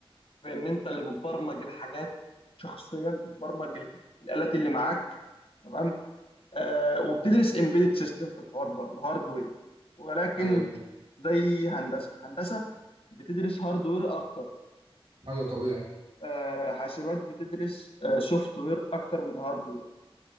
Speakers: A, on the left; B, on the right.
A: في ان انت اللي بتبرمج الحاجات شخصيا بتبرمج ال- الالات اللي معاك تمام آه وبتدرس امبيدد سيستم في الحوار برضه هاردوير ولكن
B: أيوه
A: مش زي هندسه هندسه بتدرس هاردوير اكتر
B: أيوه طبيعي
A: آه حاسبات بتدرس سوفت وير اكتر من هاردوير